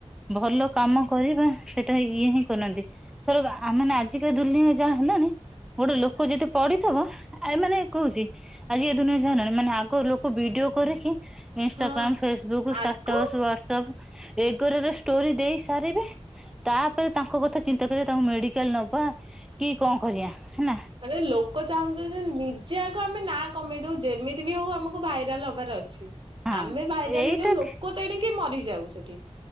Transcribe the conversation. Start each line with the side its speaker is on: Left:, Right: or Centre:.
Centre: ଭଲ କାମ କରିବା ସେଟା ଇଏ ହଁ କରୁନାହାନ୍ତି ଥର ଆ ମାନେ ଆଜିକାଲି ଦୁନିଆ ଯାହା ହେଲାଣି ଗୋଟେ ଲୋକ ଯଦି ପଢିଥିବ ଏ ମାନେ କହୁଛି ଆଜି ଏ ଦୁନିଆ ଯାହାହେଲାଣି ମାନେ ଆଗ ଲୋକ ଭିଡିଓ କରିକି ଇନସ୍ଟାଗ୍ରାମ
Right: ହଁ
Centre: ଫେସବୁକ୍ ଷ୍ଟାଟସ
Right: ଆଗ
Centre: ୱାର୍ଡସପ ଏଗରାରେ ଷ୍ଟୋରି ଦେଇ ସାରିବେ ତାପରେ ତାଙ୍କ କଥା ଚିନ୍ତା କରିବେ ତାଙ୍କୁ ମେଡିକାଲ ନବା କି କଣ କରିବା ହେଲା
Right: ମାନେ ଲୋକ ଚାହୁଁଛନ୍ତି ଯେ ନିଜେ ଆଗ ଆମେ ନା କମେଇ ଦଉଛେ ଯେମିତି ବି ହଉ ଆମକୁ ଭାଇରାଲ ହବାର ଅଛି
Centre: ହଁ
Right: ଆମେ ଭାଇରାଲ
Centre: ଏଇଟା
Right: ହେଇଯାଉ ଲୋକ ତେଣିକି ମରିଯାଉ ସେଠି